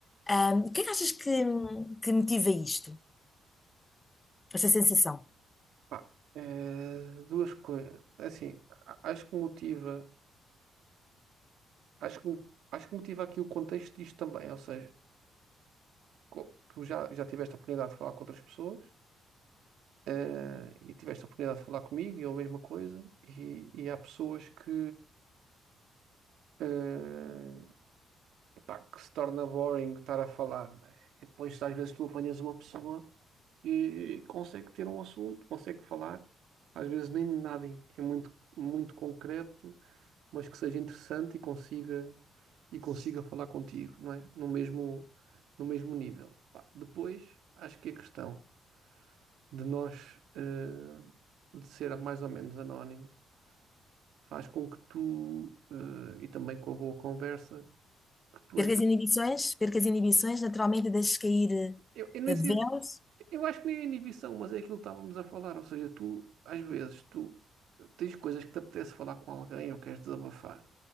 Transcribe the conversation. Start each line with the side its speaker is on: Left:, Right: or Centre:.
Left: Ah, o que é que achas que, que motiva isto, esta sensação?
Right: Pá, eh, duas coisas. Assim, a- acho que motiva, acho que, acho que motiva aqui o contexto disto também. Ou seja, co- tu já, já tiveste a oportunidade de falar com outras pessoas, eh, e tiveste a oportunidade de falar comigo, e é a mesma coisa. E, e há pessoas que, eh, pá, que se torna boring estar a falar. né? E depois, às vezes, tu apanhas uma pessoa e consegue ter um assunto, consegue falar, às vezes nem nada é muito, muito concreto mas que seja interessante e consiga e consiga falar contigo, não é? No mesmo no mesmo nível. Pá, Depois, acho que a questão de nós eh, de ser mais ou menos anónimo faz com que tu eh, e também com a boa conversa que tu
Left: Perca
Right: às
Left: as
Right: vezes,
Left: inibições, perca as inibições, naturalmente deixes cair
Right: eu, eu nem
Left: eh,
Right: sei,
Left: véus.
Right: eu acho que nem é inibição, mas é aquilo que estávamos a falar, ou seja, tu às vezes tu tens coisas que te apetece falar com alguém ou queres desabafar